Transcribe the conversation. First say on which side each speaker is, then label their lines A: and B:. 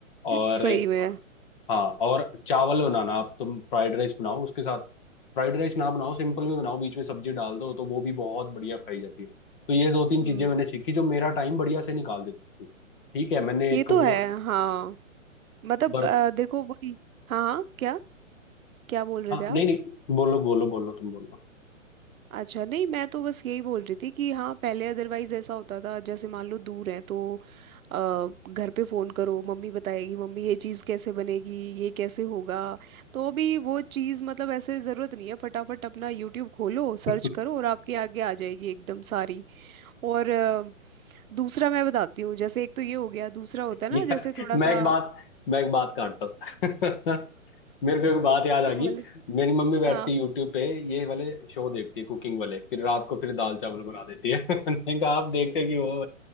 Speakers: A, on the left; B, on the right.
A: और
B: सही में
A: हाँ और चावल बनाना आप तुम फ्राइड राइस बनाओ उसके साथ फ्राइड राइस ना बनाओ सिंपल भी बनाओ बीच में सब्जी डाल दो तो वो भी बहुत बढ़िया खाई जाती है तो ये दो तीन
B: हम्म,
A: चीजें मैंने सीखी जो मेरा टाइम बढ़िया से निकाल देती थी ठीक है मैंने
B: ये
A: एक
B: तो
A: वो
B: है हाँ मतलब
A: बर्त
B: अ, देखो वही हाँ हाँ क्या क्या बोल रहे
A: हाँ
B: थे आप
A: नहीं नहीं बोलो बोलो बोलो तुम बोलो
B: अच्छा नहीं मैं तो बस यही बोल रही थी कि हाँ पहले अदरवाइज ऐसा होता था जैसे मान लो दूर है तो अ, घर पे फ़ोन करो मम्मी बताएगी मम्मी ये चीज़ कैसे बनेगी ये कैसे होगा तो अभी वो चीज़ मतलब ऐसे ज़रूरत नहीं है फटाफट अपना यूट्यूब खोलो सर्च
A: <laughs>
B: करो और आपके आगे आ जाएगी एकदम सारी और अ, दूसरा मैं बताती हूँ जैसे एक तो ये हो गया दूसरा होता है
A: यार
B: ना जैसे थोड़ा
A: मैं
B: सा
A: एक बात मैं एक बात काटता हूँ <laughs> मेरे को एक बात याद आ
B: बोल
A: गई मेरी मम्मी बैठ
B: हाँ
A: के यूट्यूब पे ये वाले शो देखती है कुकिंग वाले फिर रात को फिर दाल चावल बना देती है <laughs> मैंने कहा आप देखते क्यों हो